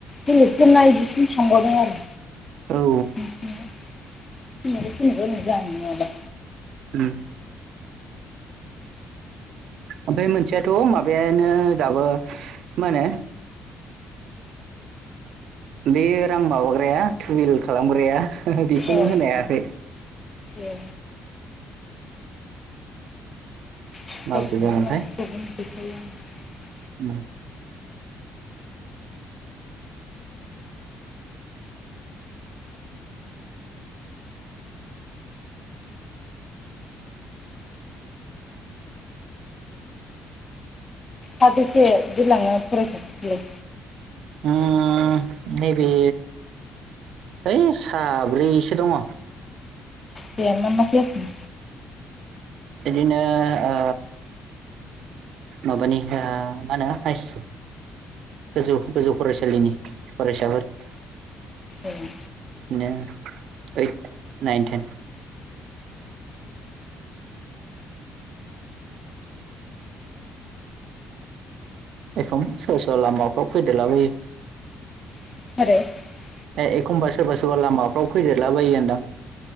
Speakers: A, on the left; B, on the right.
A: बेलेगफोरना बिदिसिम थांबावदों आरो
B: औ
A: नोंसिनिया <unintelligible> सोरनाबा सोरनाबा नुजायानो नङाबा
B: उम ओमफ्राय मोनसेयाथ' माबायानो दाबो मा होनो बे रां माबाग्राया टुविल खालामग्राया बेखौनो
A: औ
B: होनो हायाखै
A: ए <unintelligible>
B: माबोरै जागोनथाय उम
A: साबैसे दैलाङो फरायसाफोरखौलाय?
B: उम नैबे है साब्रैसो दङ।
A: बेया मा मा क्लासनि?
B: बिदिनो ओ माबानि हो माहोनो हाइस गोजौ गोजौ फरायसालिनि फरायसाफोर। इदिनो
A: ए
B: ओइड नाइन थेन। एखम सोरबा सोरबा लामाफ्राव फैदेरलाबाइयो।
A: <unintelligible>
B: ए एखमबा सोरबा सोरबा लामाफ्राव फैदेरला बायो होनदां।